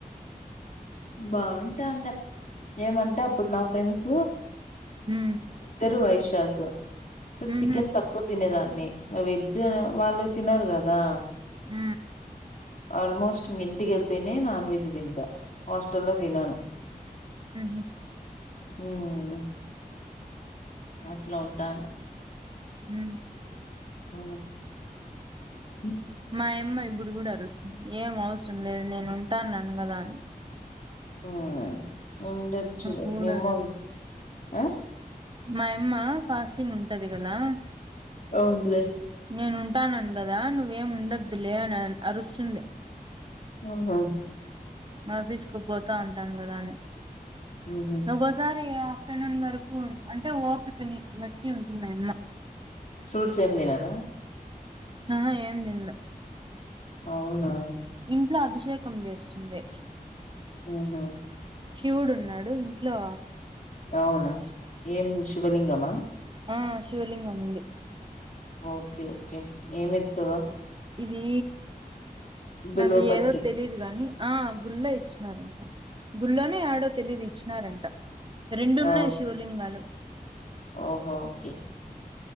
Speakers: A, on the left; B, on the right.
A: బాగుంటా అన్న ఏమంటే అప్పుడు నా ఫ్రెండ్స్
B: మ్మ్ మ్హు
A: ఇద్దరు వైశు దాసు సో
B: మ్మ్
A: చికెన్ తక్కువ తినేదాన్ని వెజ్ వాళ్ళు తినారు కదా,
B: ఊ
A: ఆల్మోస్ట్ ఇంటికెళ్తనే నాన్ వెజ్ తింటా హాస్టల్లో తినను
B: మ్హు
A: ఉహు అట్లా ఉంటా
B: హు
A: ఆ హ
B: మాయమ్మ ఇప్పుడు కూడ అరుస్తుంది ఏం అవసరం లేదు నేను ఉంటాను అన్నగదా అని,
A: ఆ ఉండొచ్చు
B: కూడదు
A: ఏమో ఆ
B: మాయి అమ్మ ఫాస్టింగ్ ఉంటది కదా,
A: అవునులే
B: నేను ఉంటానను కదా నువ్వేం ఉండద్దులే అని అరుస్తుంది
A: ఉహు
B: మా తీసుకుపోతా అటను కదా అని
A: ఊహూ
B: హగోసారి ఆఫ్టర్నూన్ వరకు అంటే ఓపికని బట్టి ఉంటుందిమాయమ్మ,
A: ఫ్రూట్స్ ఏ తినదు ఆ
B: ఆహ ఏం తినలే
A: అవునా
B: ఇంట్లో అభిషేక్ కం చేస్తుంది
A: ఆహా
B: శివుడు ఉన్నాడు ఇంట్లో
A: అవునా ఏం శివలింగమా
B: ఆ శివలింగం అండి
A: ఓకే ఓకే ఏమి ఏమీతు
B: ఇది
A: బిల్వపత్రి
B: నాకు ఏదో తిలియదు గాని ఆ గుళ్లా ఇచ్చినారంట గుళ్ళనే ఆడో తెలిదు ఇచ్చినారంట రెండు ఉన్నాయి
A: అవు
B: శివలింగాలు
A: ఓహో ఓకే